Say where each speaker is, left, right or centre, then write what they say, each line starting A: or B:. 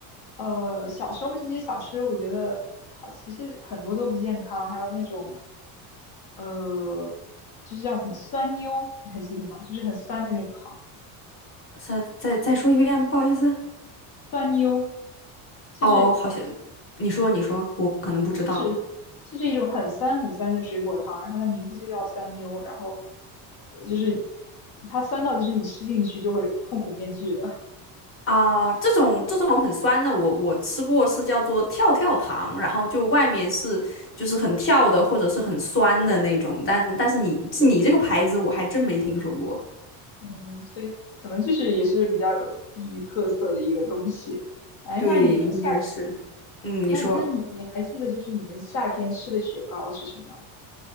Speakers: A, on the left (about 55°); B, on the left (about 30°).
A: 呃，小时候这些小吃，我觉得好，其实很多都不健康，还有那种呃，就是叫很酸妞，你还记得吗？就是很酸的那种糖，
B: 再再再说一遍，不好意思。
A: 酸妞，就是
B: 哦，好像你说你说，我可能不知道。
A: 就是就是一种很酸很酸的水果糖，然后它名字就叫酸妞，然后呃就是它酸到就是你吃进去就会痛苦面具的，
B: 哦，这种这种很酸的，我我吃过是叫做跳跳糖，然后就外面是就是很跳的或者是很酸的那种，但但是你你这个牌子我还真没听说过。
A: 嗯，所以可能就是也是比较有地域特色的一个东西。哎，
B: 对，
A: 那你们夏
B: 应该是。嗯，你说。
A: 那那你你还记得就是你们夏天吃的雪糕是什么样吗？